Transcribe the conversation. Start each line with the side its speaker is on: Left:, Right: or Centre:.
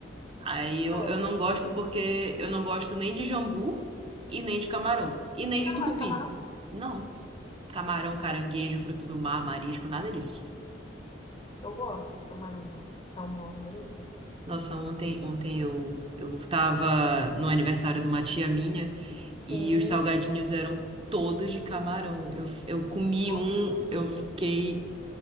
Right: Aí eu,
Left: É.
Right: eu não gosto porque eu não gosto nem de jambu e nem de camarão. E nem
Left: Você
Right: de
Left: não
Right: tucupi.
Left: gosta de camarão?
Right: Não. Camarão, caranguejo, fruto do mar, marisco, nada disso.
Left: Eu gosto de camarão. Salmão, delícia.
Right: Nossa, ontem, ontem eu, eu tava no aniversário de uma tia minha.
Left: Sim.
Right: E os salgadinhos eram todos de camarão. Eu, eu comi
Left: Nossa.
Right: um, eu fiquei